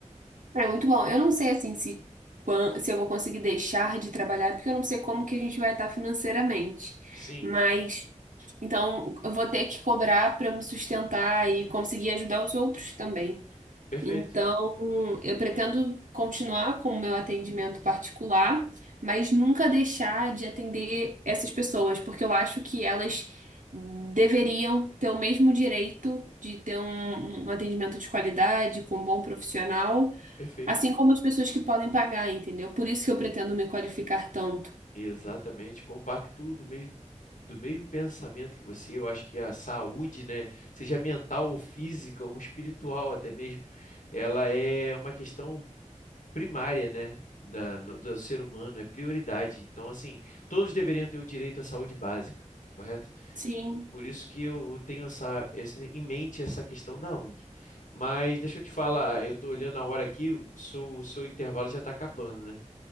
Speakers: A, on the right; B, on the left.
A: É, é muito bom. Eu não sei assim se, quan- se eu vou conseguir deixar de trabalhar, porque eu não sei como que a gente vai estar financeiramente.
B: Sim,
A: Mas Então, eu vou ter que cobrar para me sustentar e conseguir ajudar os outros também.
B: perfeito,
A: Então, eu pretendo continuar com o meu atendimento particular, mas nunca deixar de atender essas pessoas, porque eu acho que elas deveriam ter o mesmo direito de ter um, um atendimento de qualidade, com um bom profissional,
B: perfeito.
A: assim como as pessoas que podem pagar, entendeu? Por isso que eu pretendo me qualificar tanto.
B: Exatamente, compacto do mesmo do mesmo pensamento que você, eu acho que a saúde, né, seja mental ou física ou espiritual até mesmo, ela é uma questão primária, né, da, no- do ser humano, é prioridade. Então, assim, todos deveriam ter o direito à saúde básica, correto?
A: Sim,
B: Por isso que eu tenho essa, esse- em mente essa questão da ONG. Mas deixa eu te falar, eu estou olhando a hora aqui, o seu, o seu intervalo já está acabando, né?